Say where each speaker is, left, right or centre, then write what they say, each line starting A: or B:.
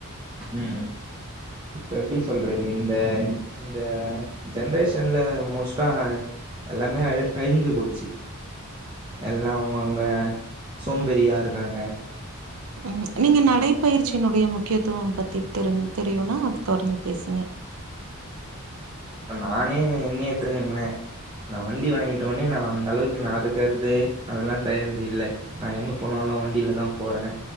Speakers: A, on the right; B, on the right.
A: ம் இப்ப எப்டி சொல்றது இந்த இந்த ஜென்ரேஷன்ல மோஸ்டா எல்லாமே அ அழிஞ்சு போச்சு. எல்லா அவுங்கவுங்க சோம்பெரியா இருக்காங்க.
B: உம் நீங்க நடைப்பயிற்சியினுடைய முக்கியத்துவம் பத்தி தெரி தெரியுனா அது தொடந்து பேசுங்க.
A: இப்ப நானே என்னயே எத்துகங்ளே நா வண்டி வாங்கிட்ட உனே நா அந்த அளவுக்கு நாடக்கறது அதெல்லா செய்யறது இல்ல. நா எங்க போனாலு வண்டிலதா போற.